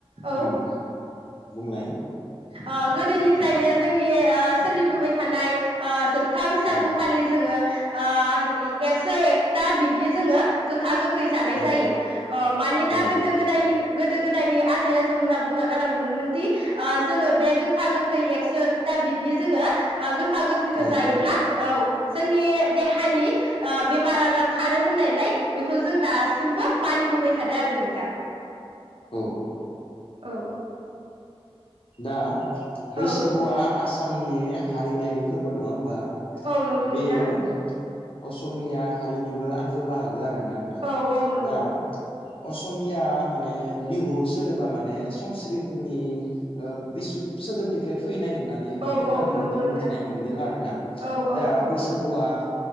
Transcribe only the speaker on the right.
औ
ओ गोदोनिफ्रायनो जोंनि ओ सोलिबोबाय थानाय ओ जोबथा बैसागु
खालि जोङो ओ एक्स' एकथा बिदनो जोङो गोखा गोखै जानाय
जायो ओ मानिना
गोदो गोदायनि गोदो गोदायनि आजै-आजौमोना बुंना गालांदोंमोन दि ओ जोङो बे गोखा गोखै एक्स' एकथा बिदनि जोङो ओ गोखा गोखैखौ
जायोब्ला औ जोंनि देहानि बेमार आजार खारो होननायलाय बेखौ जों दासिमबो मानिबोबाय थादों आरो नोंथां
औ।
औ
औ नंगौ
नोंथां।
औ नंगौ
औ
औ नंगौ
नोंथां
औ औ
औ